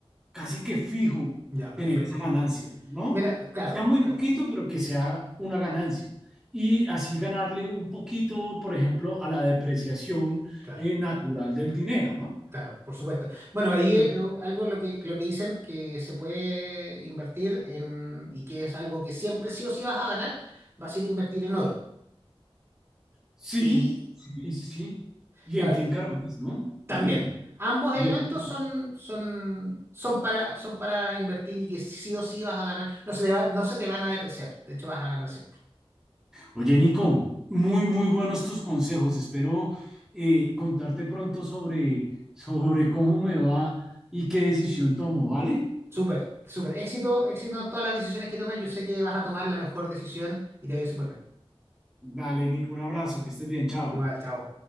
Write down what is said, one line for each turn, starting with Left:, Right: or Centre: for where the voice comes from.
Centre: casi que fijo
Right: Ya, perfecto.
Centre: tener esa ganancia, ¿no?
Right: Mira, claro,
Centre: Sea muy
Right: claro,
Centre: poquito, pero que sea una ganancia. Y así ganarle un poquito, por ejemplo, a la depreciación
Right: claro,
Centre: eh, natural del dinero, ¿no?
Right: claro, por supuesto. Bueno, ahí
Centre: No,
Right: eh, algo lo que, lo que dicen que se puede invertir en, y que es algo que siempre sí o sí vas a ganar, va a ser invertir en oro.
Centre: Sí,
Right: Y
Centre: sí, sí, sí. Y
Right: claro,
Centre: en finca
Right: y
Centre: raíz, ¿no?
Right: También,
Centre: También.
Right: ambos
Centre: Bien.
Right: elementos son, son, son para, son para invertir y que sí o sí vas a ganar. No se te va- no se te van a depreciar. De hecho, vas a ganar siempre.
Centre: Oye, Nico, muy, muy buenos tus consejos. Espero eh, contarte pronto sobre, sobre cómo me va y qué decisión tomo, ¿vale?
Right: Súper, súper. Éxito, éxito en todas las decisiones que tomes. Yo sé que vas a tomar la mejor decisión y te va a ir súper bien.
Centre: Dale, Nico, un abrazo, que estés bien, chao.
Right: Igual, chao.